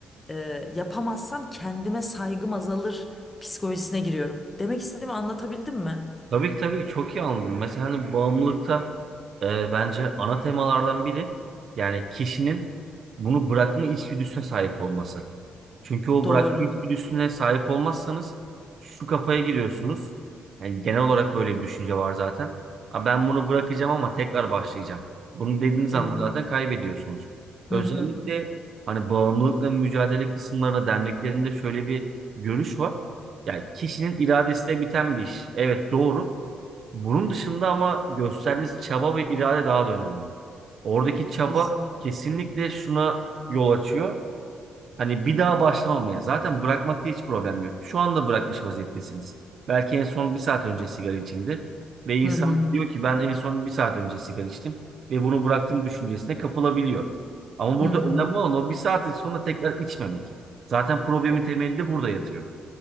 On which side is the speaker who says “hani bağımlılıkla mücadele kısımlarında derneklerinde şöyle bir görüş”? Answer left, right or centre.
Right